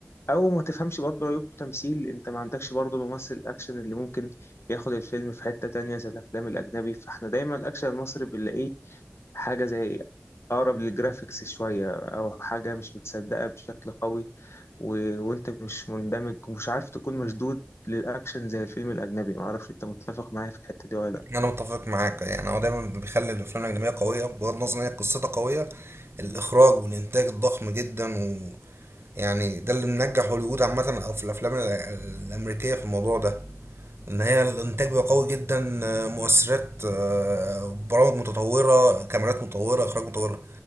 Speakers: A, on the left; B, on the right.
A: او ما تفهمش برضه عيوب تمثيل انت ما عندكش برضه الممثل الاكشن اللي ممكن ياخد الفيلم في حته تانية زي الافلام الاجنبي فاحنا دايما الاكشن المصري بنلاقيه حاجة زي أقرب للجرافيكس شوية أو حاجة مش متصدقة بشكل قوي و... وأنت مش مندمج ومش عارف تكون مشدود للأكشن زي الفيلم الأجنبي معرفش أنت متفق معايا في الحتة دي ولا لأ
B: انا متفق معاك يعني هو دايما بيخلي الافلام الاجنبيه قويه بغض النظر ان هي قصتها قويه الاخراج والانتاج الضخم جدا و يعني ده اللي منجح هوليوود عامه او في الافلام ال- الامريكيه في الموضوع ده ان هي الانتاج بقى قوي جدا آه، مؤثرات آه، برامج متطوره كاميرات متطوره اخراج متطوره